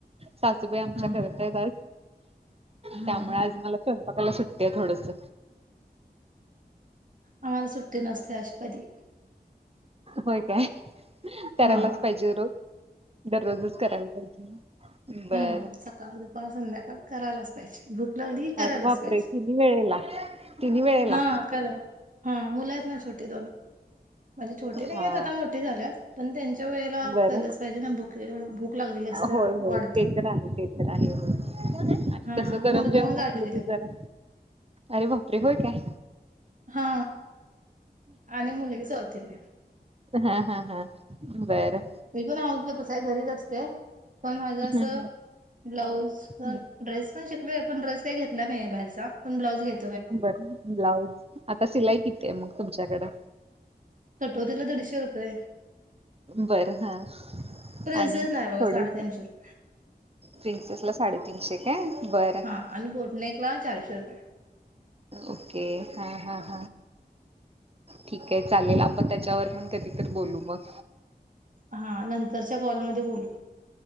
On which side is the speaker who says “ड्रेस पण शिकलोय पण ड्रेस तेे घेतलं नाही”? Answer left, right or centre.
Right